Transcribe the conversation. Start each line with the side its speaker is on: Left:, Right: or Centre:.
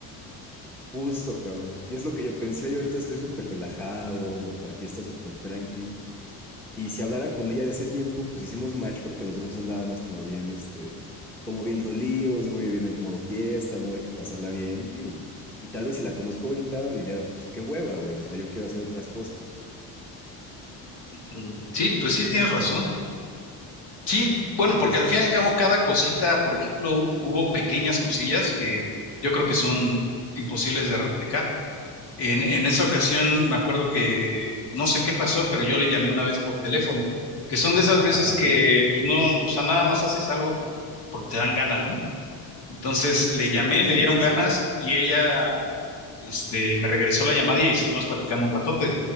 Centre: Justo, cabrón. Y es lo que yo pensé, yo ahorita estoy súper relajado, la fiesta súper tranqui. Y si hablara con ella de ese tiempo, pues hicimos match porque los dos andábamos como bien, este, como bien dolidos, güey, bien en modo fiesta, modo de que pasarla bien. Y, y tal vez si la conozco ahorita, diría, pues qué hueva, güey, o sea, yo quiero hacer otras cosas.
Left: Mm, Sí, pues sí, tienes razón. Sí, bueno,
Centre: Y entonces,
Left: porque al fin y al cabo cada cosita, por ejemplo, hu- hubo pequeñas cosillas que yo creo que son imposibles de replicar. En, en esa ocasión me acuerdo que no sé qué pasó, pero yo le llamé una vez por teléfono, que son de esas veces
Centre: ajá,
Left: que pues no, o sea, nada más haces algo porque te dan ganas, ¿no? Entonces le
Centre: sí,
Left: llamé,
Centre: sí,
Left: me dieron
Centre: sí,
Left: ganas
Centre: sí.
Left: y ella, este, me regresó la llamada y estuvimos platicando un ratote.